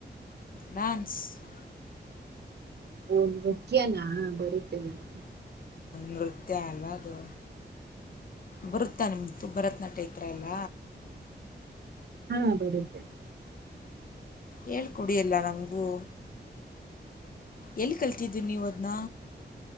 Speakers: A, on the left; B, on the right.
A: ಡಾನ್ಸ್ <unintelligible>
B: ಒಂದು ನೃತ್ಯನಾ ಬರುತ್ತೆ ಬರುತ್ತೆ
A: ನೃತ್ಯ ಎಲ್ಲದು ಬರುತ್ತಾ ನಿಮಂತು ಭರತನಾಟ್ಯ ಹತ್ರ ಎಲ್ಲ
B: ಹಾ ಬರುತ್ತೆ
A: ಹೇಳ್ಕೊಡಿಯಲ್ಲ ನಮಗೂ ಎಲ್ಲಿ ಕಲ್ತಿದ್ದು ನೀವು ಅದನ್ನ